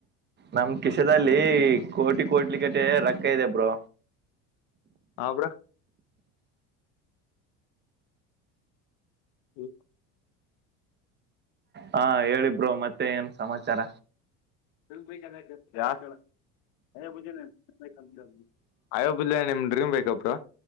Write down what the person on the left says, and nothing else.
ಹಬ್ರಾ ಹ್ಮ
ತ ಯ ಅ ಬ <inaudible> ಅಯೋಬಿಲ್ಲಯ ನಿಮ್ ಡ್ರೀಮ್ ಬೇಕಪ್ರ